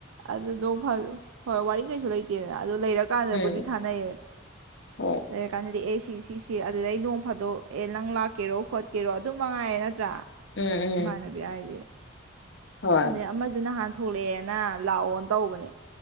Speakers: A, on the right; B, on the left.
A: ꯑꯗꯨ ꯅꯣꯡ ꯐꯥꯗꯣꯛ ꯍꯣꯏ ꯋꯥꯔꯤ ꯀꯩꯁꯨ ꯂꯩꯇꯦꯗꯅ ꯂꯩꯔ ꯀꯥꯟꯗꯕꯨꯗꯤ
B: ꯎꯝ
A: ꯊꯥꯅꯩꯌꯦ
B: ꯍꯣꯏ
A: ꯂꯩꯔ ꯀꯥꯟꯗꯗꯤ ꯑꯦ ꯁꯤ ꯁꯤꯁꯤ ꯑꯗꯨꯗꯩ ꯅꯣꯡ ꯐꯥꯗꯣꯛ ꯑꯦ ꯅꯪ ꯂꯥꯛꯀꯦꯔꯣ ꯈꯣꯠꯀꯦꯔꯣ ꯑꯗꯨꯝ ꯃꯉꯥꯏꯔꯦ ꯅꯠꯇ꯭ꯔꯥ
B: ꯎꯝ ꯎꯝ
A: ꯏꯃꯥꯟꯅꯕꯤ ꯍꯥꯏꯖꯦ
B: ꯍꯣꯏ
A: ꯑꯗ ꯑꯃꯁꯨ ꯅꯍꯥꯟ ꯊꯣꯛꯂꯛꯑꯦꯅ ꯂꯥꯛꯑꯣꯅ ꯇꯧꯕꯅꯦ